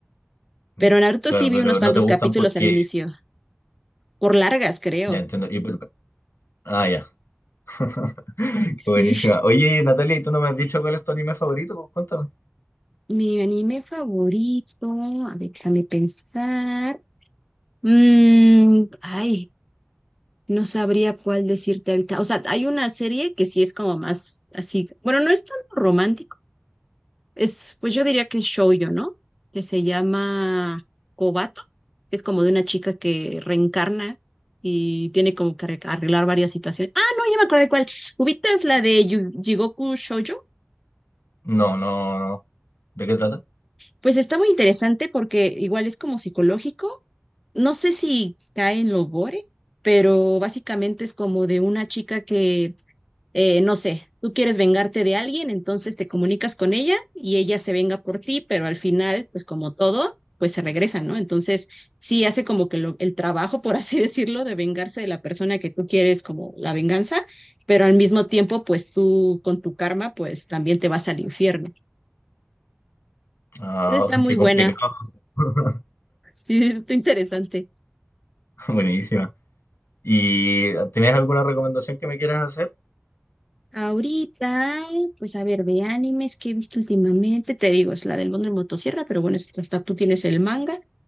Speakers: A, on the left; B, in the centre.
A: Mm,
B: Pero Naruto
A: Claro,
B: sí vi
A: pero
B: unos cuantos
A: no te gustan
B: capítulos
A: porque...
B: al inicio, por largas creo.
A: Ya entiendo. y por- Ah, ya. <laughs> Qué
B: Sí,
A: buenísima. Oye, Natalia, ¿y tú no me has dicho cuál es tu anime favorito? Pues, Cuéntame.
B: mi anime favorito, a ver, déjame pensar. Mm, ay, No sabría cuál decirte ahorita. O sea, hay una serie que sí es como más así. Bueno, no es tan romántico. Es, pues yo diría que es shoujo, ¿no? Que se llama Kobato, que es como de una chica que reencarna y tiene como que arreg- arreglar varias situaciones. Ah, no, ya me acordé cuál. ¿Ubicas la de Yu- Jigoku Shoujo?
A: No, no, no. ¿De qué trata?
B: Pues está muy interesante porque igual es como psicológico. No sé si cae en lo gore, pero básicamente es como de una chica que eh, no sé, tú quieres vengarte de alguien, entonces te comunicas con ella y ella se venga por ti, pero al final, pues como todo, pues se regresa, ¿no? Entonces, sí hace como que lo- el trabajo, por así <laughs> decirlo, de vengarse de la persona que tú quieres como la venganza, pero al mismo tiempo, pues tú con tu karma, pues también te vas al infierno.
A: Ah,
B: Está
A: <laughs>
B: muy
A: qué
B: buena,
A: complicado. <laughs>
B: sí, está interesante.
A: Buenísima. ¿Y tienes alguna recomendación que me quieras hacer?
B: Ahorita, pues a ver, de animes que he visto últimamente, te digo, es la del Mundo en Motosierra, pero bueno, es- hasta tú tienes el manga.